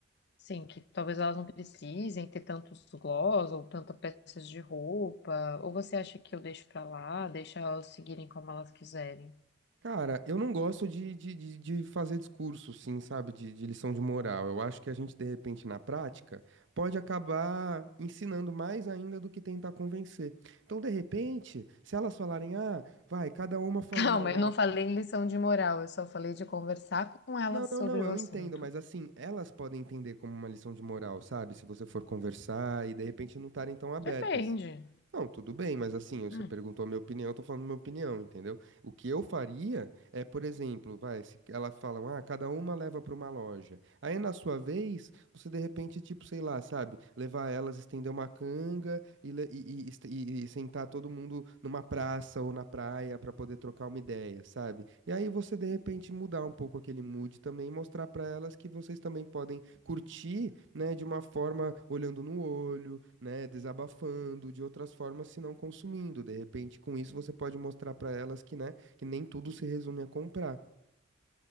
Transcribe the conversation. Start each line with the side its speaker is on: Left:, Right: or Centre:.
Left: Sim, que talvez elas não precisem ter tantos gloss ou tantas peças de roupa. Ou você acha que eu deixo para lá, deixa elas seguirem como elas quiserem?
Right: Cara, eu não gosto de, de, de, de fazer discurso, sim, sabe, de, de lição de moral. Eu acho que a gente, de repente, na prática, pode acabar ensinando mais ainda do que tentar convencer. Então, de repente, se elas falarem, ah, vai, cada uma fala
Left: Calma,
Right: uma lógica.
Left: eu não falei em lição de moral, eu só falei de conversar com elas
Right: Não, não,
Left: sobre
Right: não,
Left: o
Right: eu
Left: assunto.
Right: entendo, mas assim, elas podem entender como uma lição de moral, sabe? Se você for conversar e, de repente, não estarem tão abertas.
Left: Depende.
Right: Não, tudo bem, mas assim, você
Left: Hum,
Right: perguntou a minha opinião, eu tô falando minha opinião, entendeu? O que eu faria é, por exemplo, vai, se elas falam, ah, cada uma leva para uma loja. Aí na sua vez, você de repente, tipo, sei lá, sabe, levar elas, estender uma canga e, le- e, e, est- e- e sentar todo mundo numa praça ou na praia pra poder trocar uma ideia, sabe? E aí você de repente mudar um pouco aquele mood também, e mostrar pra elas que vocês também podem curtir, né, de uma forma olhando no olho, né, desabafando, de outras formas se não consumindo. De repente, com isso você pode mostrar pra elas que, né, que nem tudo se resume a comprar.